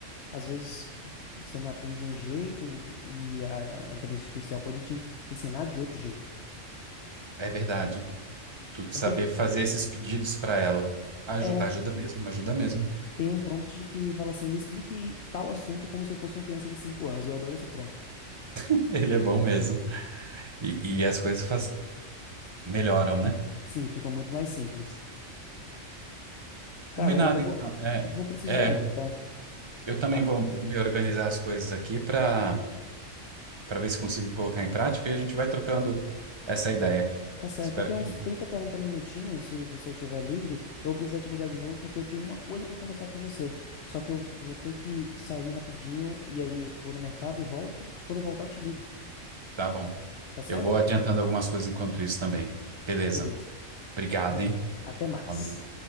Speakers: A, on the left (about 60°); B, on the right (about 25°).
A: Às vezes você não aprende de um jeito e a inteligência artificial pode te ensinar de outro jeito.
B: É verdade. Tu saber
A: Tanto
B: fazer esses pedidos para ela. Aju-
A: é.
B: ajuda mesmo, ajuda mesmo.
A: Tem um prompt que fala assim: me explique tal assunto como se eu fosse uma criança de 5 anos. Eu adoro esse prompt.
B: <laughs> Ele é bom mesmo. E, e as coisas faz- melhoram, né?
A: Sim, ficam muito mais simples.
B: Combinado,
A: Cara, eu vou,
B: então. É,
A: vou precisar
B: é,
A: ir, tá?
B: eu também
A: Agora.
B: vou me organizar as coisas aqui pra para ver se consigo colocar em prática e a gente vai trocando essa ideia.
A: Tá certo.
B: Espero
A: Daqui a
B: que.
A: uns 30, 40 minutinhos, se você estiver livre, eu vou precisar te ligar de novo porque eu tenho uma coisa pra conversar com você. Só que eu vou ter que sair rapidinho e aí vou no mercado, volto. Quando eu voltar, eu te ligo.
B: Tá bom.
A: Tá certo?
B: Eu vou adiantando algumas coisas enquanto isso também. Beleza.
A: Beleza.
B: Obrigado,
A: Valeu.
B: hein?
A: Até mais.
B: Falou.